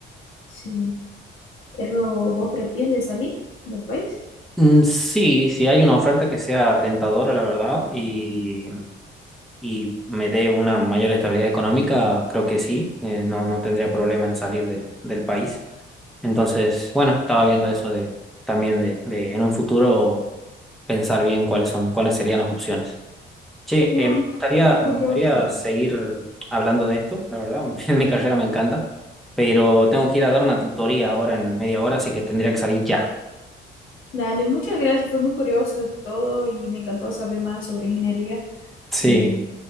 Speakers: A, on the left; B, in the centre.
A: Sí. Pero vos pretendes salir del país.
B: Mm, Sí, sí hay una oferta que sea tentadora, la verdad, y y me dé una mayor estabilidad económica, creo que sí, eh, no, no tendría problema en salir del, del país. Entonces, bueno, estaba viendo eso de también de, de en un futuro pensar bien cuáles son, cuáles serían las opciones. Che,
A: Mira,
B: eh, me gustaría,
A: muy curioso.
B: me gustaría seguir hablando de esto, la verdad, <laughs> mi carrera me encanta, pero tengo que ir a dar una tutoría ahora en media hora, así que tendría que salir ya.
A: Dale, muchas gracias. Fue muy curioso todo y me encantó saber más sobre ingeniería.
B: Sí,
A: y